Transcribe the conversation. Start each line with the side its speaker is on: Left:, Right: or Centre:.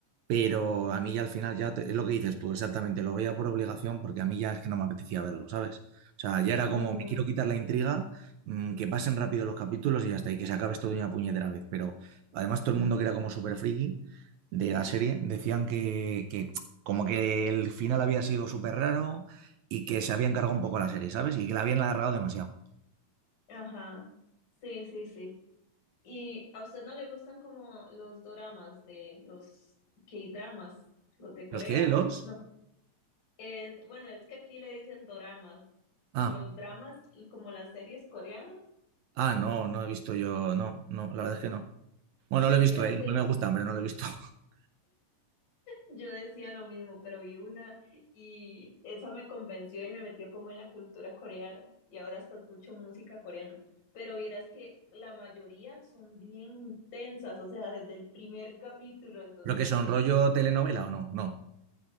Right: pero a mí ya al final ya te- es lo que dices tú, exactamente, lo veía por obligación porque a mí ya es que no me apetecía verlo, ¿sabes? O sea, ya era
Left: Ujú,
Right: como, me quiero quitar la intriga, mm, que pasen rápido los capítulos y ya está, y que se acabe esto de una puñetera vez. Pero además todo el mundo que era como súper friki de la serie decían que, que como que el final había sido súper raro y que se había encargado un poco la serie, ¿sabes? Y que la habían alargado demasiado.
Left: Ajá, sí, sí, sí. ¿Y a usted no le gustan como los doramas de los K-dramas, los de Corea?
Right: ¿Los qué ¿Los?
Left: no. Eh, bueno, es que aquí le dicen doramas.
Right: Ah.
Left: Los dramas, como las series coreanas,
Right: Ah, no, no he visto yo, no, no, la verdad es que no. Bueno, no lo he
Left: vieras
Right: visto, eh,
Left: que
Right: igual me gustan, pero no lo he visto. <laughs>
Left: yo decía lo mismo, pero vi una y esa me convenció y me metió como en la cultura coreana y ahora hasta escucho música coreana. Pero vieras que la mayoría son bien intensas, o sea, desde el primer capítulo, entonces
Right: ¿Lo que son rollo telenovela o no? No.